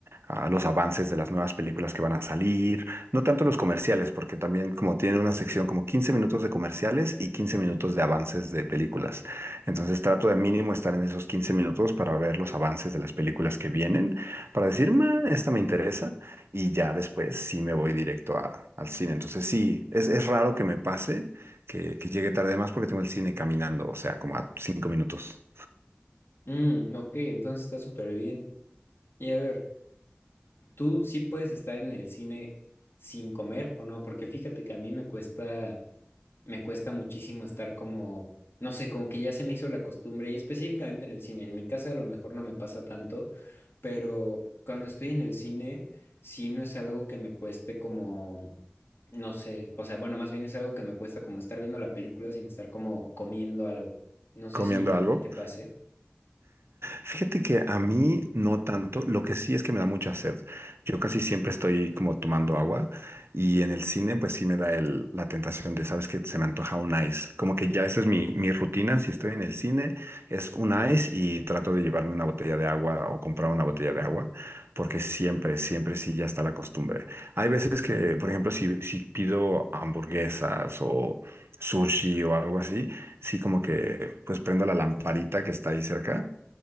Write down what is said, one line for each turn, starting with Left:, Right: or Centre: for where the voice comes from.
Right: a los avances de las nuevas películas que van a salir, no tanto los comerciales, porque también como tiene una sección como 15 minutos de comerciales y 15 minutos de avances de películas. Entonces trato de mínimo estar en esos 15 minutos para ver los avances de las películas que vienen, para decir, "Ma, esta me interesa y ya después sí me voy directo a- al cine. Entonces sí, es, es raro que me pase que, que llegue tarde más porque tengo el cine caminando, o sea, como a 5 minutos.
Left: Mm, ok, entonces está súper bien. Y a ver, ¿tú sí puedes estar en el cine sin comer o no? Porque fíjate que a mí me cuesta... me cuesta muchísimo estar como, no sé, como que ya se me hizo la costumbre y específicamente en el cine. En mi casa a lo mejor no me pasa tanto, pero cuando estoy en el cine, sí no es algo que me cueste como, no sé, o sea, bueno, más bien es algo que me cuesta como estar viendo la película sin estar como comiendo algo. No sé
Right: ¿Comiendo
Left: si
Right: algo?
Left: a ti te pase.
Right: Fíjate que a mí no tanto, lo que sí es que me da mucha sed. Yo casi siempre estoy como tomando agua y en el cine pues sí me da el- la tentación de, ¿sabes que Se me antoja un ice. Como que ya esa es mi, mi rutina, si estoy en el cine es un ice y trato de llevarme una botella de agua o comprar una botella de agua, porque siempre, siempre sí ya está la costumbre. Hay veces que, por ejemplo, si, si pido hamburguesas o sushi o algo así, sí como que pues prendo la lamparita que está ahí cerca